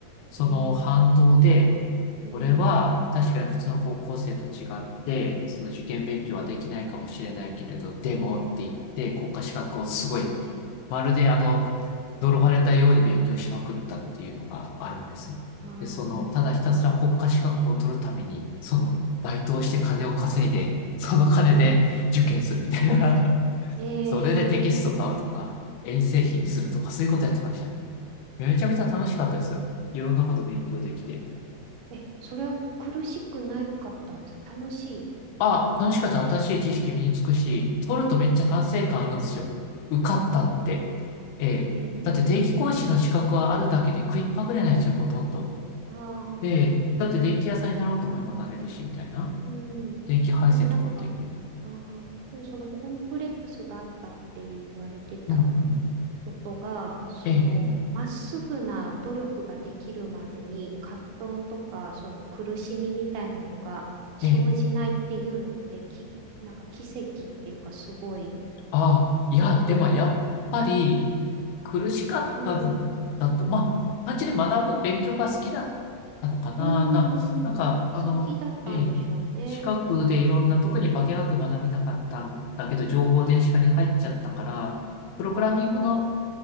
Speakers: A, on the left; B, on the right.
A: その反動で、
B: えー、うー
A: 俺は確かに普通の高校生と違って、
B: ん、
A: その受験勉強はできないかもしれないけれど、でもって言って国家資格をすごいまるであの、呪われたように勉強しまくったっていうのがあるんです。
B: あーあー、
A: で、その、
B: なるほど。
A: ただひたすら国家資格を取るために、その、バイトをして金を稼いで、その金で受験するみたいな。
B: うーん、
A: <laughs>
B: え
A: それでテキスト買うとか、
B: ー、
A: 遠征費にするとか、そういうことやってました。
B: なるほど。
A: めちゃくちゃ楽しかったです。いろんなこと勉強できて。
B: え、それは苦しくなかったんですか楽しい。
A: あ、楽しかった。新しい知識身につくし、取るとめっちゃ達成感あるんですよ。受かったって。
B: ああ、
A: ええ。
B: えー、
A: だって電気講師の資格はあるだけで食いっぱぐれないですよ、ほとんど。
B: ああ、
A: ええ。
B: え、でも、
A: だって電気屋さんになろうと思えばなれるし、みたいな。
B: うん、
A: 電気配線とかもできる。
B: でもなんか、ああ、でもそのコンプレックスがあったって言われてた
A: うんうん。
B: ことが、その、
A: ええ、
B: まっすぐな努力ができるまでに葛藤とか、その苦しみみたいなのが生じないっていうのって、
A: ええ、ええ。
B: き、なんか奇跡っていうかすごい
A: ああ、いや、
B: ことだ。
A: でもやっぱり、苦しかったんだと、
B: うん。
A: まあ、単純に学ぶ、勉強が好きだったのかな、
B: うん。
A: な、
B: 好きだったんでしょうね。
A: なんか、あの、ええ、資格でいろんな、特に化学学びたかったんだけど、情報電子化に入っちゃったから、プログラミングの
B: うん。